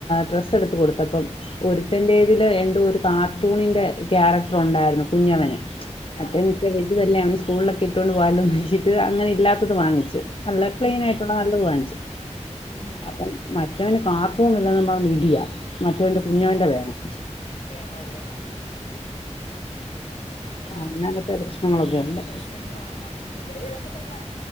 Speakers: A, on the left; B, on the left.
A: ഡ്രസ്സ് എടുത്ത് കൊടുത്തപ്പം ഒരുത്തന്റെതിൽ എന്ത ഒരു കാർട്ടൂണിന്റെ ക്യാരക്ടർ ഉണ്ടായിരുന്നു കുഞ്ഞവന് മറ്റേവനിത്തിരി
B: ആഹ് ആഹ്
A: വലുതല്ലേ അവന് സ്കൂളിലൊക്കെ ഇട്ടോണ്ട് പോവാലോ എന്നിച്ചിട്ട് അങ്ങനെ ഇല്ലാത്തത് വാങ്ങിച്ച് അല്ല
B: ഉം
A: പ്ലെയിൻ
B: ഉം
A: ആയിട്ടുള്ള നല്ലത് വാങ്ങിച്ചു
B: ഉം
A: അപ്പംമ റ്റവന് കാർട്ടൂണില്ലെന്ന് പറഞ്ഞ് ഇടിയാ മറ്റവന്റെ കുഞ്ഞോന്റെ
B: ആഹാ
A: വേണം
B: വേണല്ലേ ആഹ് അതാ
A: അങ്ങനത്തെ പ്രശ്നങ്ങളൊക്കെ ഉണ്ട്
B: പ്രശ്നങ്ങളാന്നാന്ന് ഇവിടെയും അതൊ അതൊക്കെ തന്നാ